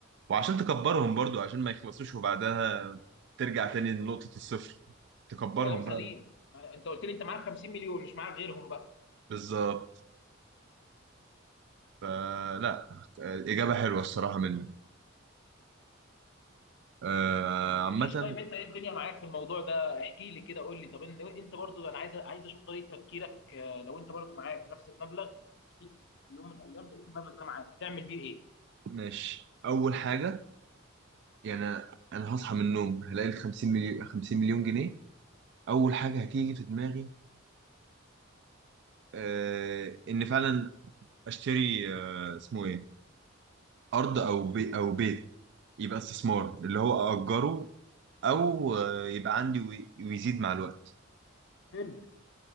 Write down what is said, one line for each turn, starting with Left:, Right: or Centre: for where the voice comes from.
Right: وعشان تكبرهم برضو عشان ما يخلصوش وبعدها ترجع تاني لنقطة الصفر تكبرهم
Left: كلام سليم
Right: بقى
Left: ما- انت قلت لي انت معاك 50 مليون مش معاك غيرهم بقى
Right: بالظبط فلا آه، إجابة حلوة الصراحة منك آه،
Left: طب ما قلتليش
Right: عامة
Left: طيب انت ايه الدنيا معاك في الموضوع ده احكي لي كده قول لي طب ان- انت برضو انا عايز عايز اشوف طريقه تفكيرك آه، لو انت برضو معاك نفس المبلغ في يوم من الايام لقيت المبلغ ده معاك هتعمل بيه ايه
Right: ماشي أول حاجة يعني أنا هصحى من النوم هلاقي ال 50 مليون 50 مليون جنيه اول حاجه هتيجي في دماغي آه ان فعلا اشتري آه اسمه ايه ارض او بي او بيت يبقى استثمار اللي هو اجره او آه يبقى عندي وي- ويزيد مع الوقت
Left: حلو